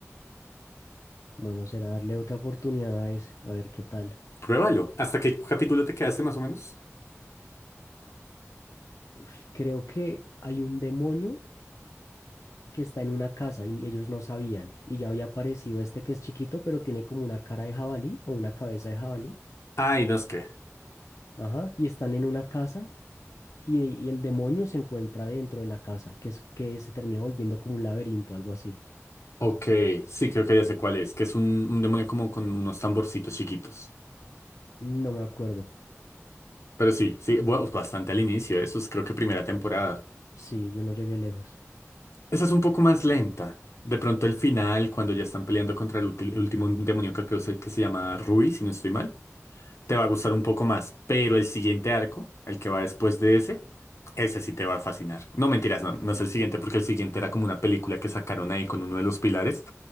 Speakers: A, on the left; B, on the left.
A: bueno, será darle otra oportunidad a ese, a ver qué tal.
B: Pruébalo. ¿Hasta qué capítulo te quedaste más o menos?
A: Uf, creo que hay un demonio que está en una casa y ellos no sabían. Y ya había aparecido este que es chiquito, pero tiene como una cara de jabalí o una cabeza de jabalí.
B: Ay, no es que.
A: Ajá. Y están en una casa y, y el demonio se encuentra dentro de la casa, que es que se termina volviendo como un laberinto, algo así.
B: Ok, sí, creo que ya sé cuál es, que es un, un demonio como con unos tamborcitos chiquitos.
A: No me acuerdo.
B: Pero sí, sí, bueno, bastante al inicio, eso es creo que primera temporada.
A: Sí, yo no llegué lejos.
B: Esa es un poco más lenta. De pronto el final, cuando ya están peleando contra el ulti- último demonio, creo que, se- que se llama Rui, si no estoy mal. te va a gustar un poco más, pero el siguiente arco, el que va después de ese, ese sí te va a fascinar. No mentiras, no, no es el siguiente, porque el siguiente era como una película que sacaron ahí con uno de los pilares.